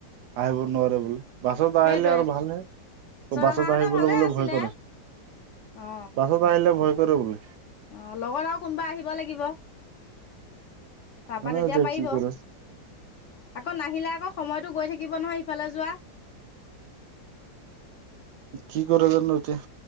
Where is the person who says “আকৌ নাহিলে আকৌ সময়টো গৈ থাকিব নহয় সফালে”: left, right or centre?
Left